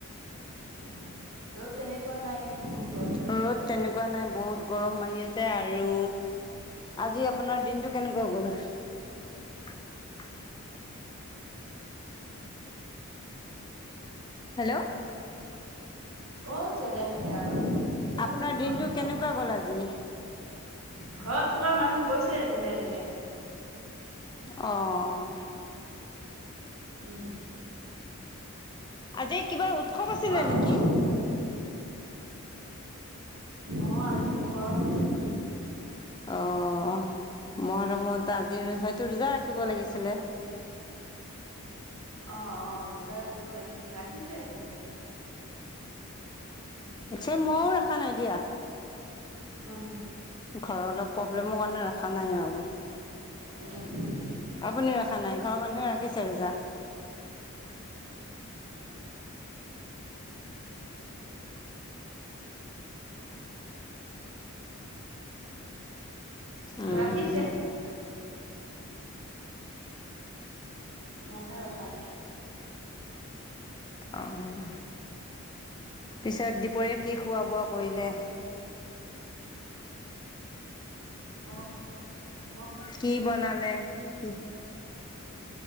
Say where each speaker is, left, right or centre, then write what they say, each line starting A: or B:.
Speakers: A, on the right; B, on the left.
A: অ', ৰ'দ তেনেকুৱা নাই কিন্তু বহুত গ
B: অ'। ত' তেনেকুৱা নাই বহুত গৰম মাৰি আছে আৰু আজি আপোনাৰ দিনটো কেনেকুৱা গ'ল? <inaudible> হেল্ল'।
A: ক'ল যেনে তেনে আৰু।
B: আপোনাৰ
A: যাব নো
B: দিনটো
A: ঘৰত থকা
B: কেনেকুৱা
A: মানুহ
B: গ'ল আজি?
A: ঘৰত থকা মানুহ, গৈছে যেনে তেনে।
B: অ'।
A: উম।
B: আজি কিবা উৎসৱ আছিলে
A: হ'ল
B: নেকি?
A: হ'ল অ', আজি মহৰম আছিলে।
B: অ', মহৰমত আজিৰ হয়তো ৰোজা ৰাখিব লাগিছিলে।
A: অ', অ', ৰোজা ৰাখিব লাগিছিলে, ৰাখিছে বহুতে। ৰাখিছে।
B: একচুৱেলি ময়ো ৰাখা নাই দিয়া।
A: উম।
B: ঘৰৰ অলপ প্ৰব্লেমৰ কাৰণে ৰা খা নাই আৰু
A: উম উম
B: আপুনি ৰখা নাই ঘৰৰ মানুহে ৰাখি ছে ৰোজা। উম।
A: ৰাখিছে। মইহে ৰখা নাই।
B: আহ পিছে দিপৰীয়া কি খোৱা বোৱা কৰিলে।
A: অহ'
B: কি বনালে? কি